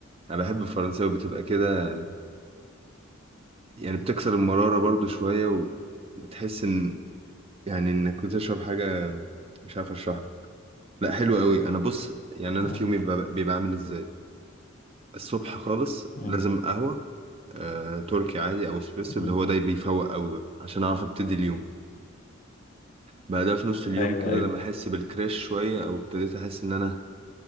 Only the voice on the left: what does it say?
مم.
مم.
مم.
ايوه
ايوه